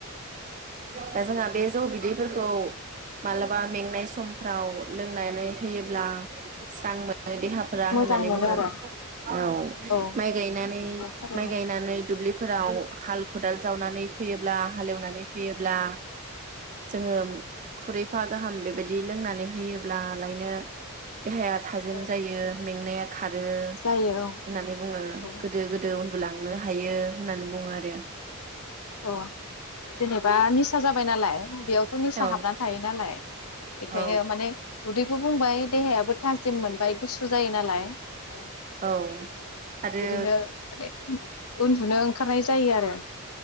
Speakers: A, on the right (about 35°); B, on the left (about 85°).
A: दा जोंहा बे जौ बिदैफोरखौ माला बा मेंनाय समफ्राव लोंनानै होयोब्ला स्रां मोनो देहाफोरा
B: मोजां
A: होननानै
B: मोनो
A: बुङो
B: आरो
A: औ
B: औ
A: माइ गायनानै
B: नंगौ थारैनो
A: माइ गायनानै फोराव हाल खदाल जावनानै फैयोब्ला हालेवनानै फैयोब्ला जोङो खुरैफा गाहाम बेबायदि लोंनानै होयो। ब्ला लायनो देहाया थाजिम
B: औ
A: जायो
B: औ
A: मेंनाया खारो होननानै
B: जायो
A: बु गोदो
B: औ
A: गोदो उन्दुलांनो हा हायो होननानै बुङो आरो।
B: अ जेनेबा निसा जाबाय नालाय बेयावथ' निसा
A: औ
B: हाबनानै थायो नालाय बेखायनो
A: औ
B: माने उदै बुंबाय देहायाबो थाजिम मोनबाय गुसु जायो नालाय औ
A: औ आरो।
B: बिदिनो माने उन्दुनो ओंखारनाय जायो आरो।